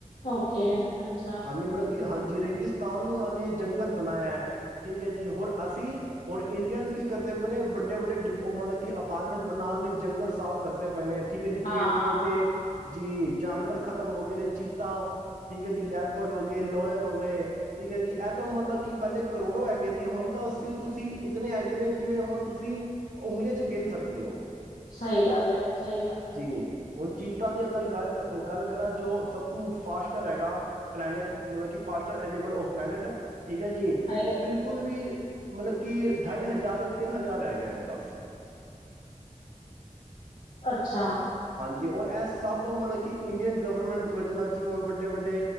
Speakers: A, on the left (about 70°); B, on the right (about 80°).
A: ਓਕੇ ਅੱਛਾ
B: ਹਾਂਜੀ ਮਤਲਬ ਕਿ ਹਾਂਜੀ ਰੇਗਿਸਤਾਨ ਉਹ ਨੇ ਜੰਗਲ ਬਣਾਇਆ ਹੈ। ਠੀਕ ਹੈ। ਜੀ ਹੋਰ ਅਸੀਂ ਹੋਰ ਇੰਡੀਅਨਸ ਕੀ ਕਰਦੇ ਪਏ ਨੇ ਵੱਡੇ ਵੱਡੇ ਮਤਲਬ ਕਿ ਅਪਾਰਟਮੈਂਟ ਬਣਾਉਣ ਲਈ ਜੰਗਲ ਸਾਫ਼ ਕਰਦੇ ਪਏ ਨੇ ਠੀਕ ਹੈ। ਜੀ
A: ਹਾਂ
B: ਪੇੜ ਪੌਦੇ ਜੀ ਜਾਨਵਰ ਖਤਮ ਹੋ ਗਏ ਨੇ ਚੀਤਾ ਠੀਕ ਹੈ। ਜੀ ਲੈਪੜ ਹੋ ਗਏ ਲੋਇਨ ਹੋ ਗਏ ਠੀਕ ਹੈ। ਜੀ ਇਹ ਤਾਂ ਮਤਲਬ ਕਿ ਪਹਿਲੇ ਕਰੋੜੋ ਹੈਗੇ ਸੀ ਹੁਣ ਤਾਂ ਅਸੀਂ ਤੁਸੀਂ ਇਤਨ ਹੈਗੇ ਨੇ ਜਿਵੇਂ ਹੁਣ ਤੁਸੀਂ ਉਂਗਲੀਆਂ 'ਚ ਗਿਣ ਸਕਦੇ ਹੋ।
A: ਸਹੀ ਗੱਲ ਸਹੀ ਗੱਲ ਹੈ।
B: ਜੀ, ਹੁਣ ਚੀਤਾ ਦੀ ਅਗਰ ਗ ਗੱਲ ਕਰਾਂ ਜੋ ਸਭ ਤੋਂ ਫਾਸਟਰ ਹੈਗਾ ਪਲੈਨਟ ਮਤਲਬ ਕਿ ਫਾਸਟਰ ਐਨੀਮਲ ਆਫ ਪਲੈਨਟ ਠੀਕ ਹੈ। ਜੀ
A: ਸਹੀ
B: ਉਹ
A: ਹੈ
B: ਬਿਲਕੁਲ ਵੀ ਮਤਲਬ ਕਿ ਢਾਈ ਹਜ਼ਾਰ ਜਾਂ ਤਿੰਨ ਹਜ਼ਾਰ ਰਹਿ ਗਏ ਨੇ ਬਸ।
A: ਅੱਛਾ
B: ਜੀ ਔਰ ਇਹ ਸਭ ਮਤਲਬ ਕਿ ਇੰਡੀਅਨ ਗਵਰਮੈਂਟ ਦੀ ਵਜ੍ਹਾ ਜਿਵੇਂ ਵੱਡੇ ਵੱਡੇ